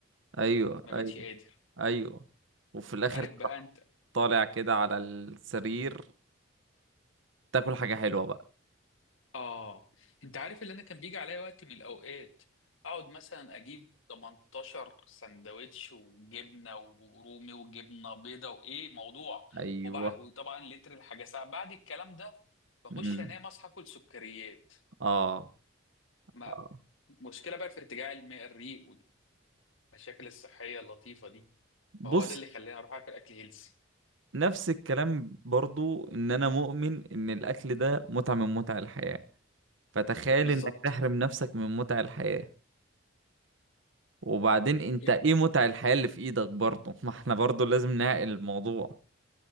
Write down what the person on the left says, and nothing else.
ما
بقتش قادر
عارف
بقى انت
اه انت عارف اللي انا كان بيجي عليا وقت من الاوقات اقعد مثلا اجيب 18 سندوتش وجبنه ورومي وجبنه بيضه وايه موضوع
وبع... وطبعا لتر الحاجه ساعه بعد الكلام ده بخش
انام اصحى اكل سكريات
ما
مشكله بقى في ارتجاع الم- الريق والمشاكل الصحيه اللطيفه دي
فهو ده اللي خلاني اروح اكل اكل هيلسي
بالظبط
Yeah.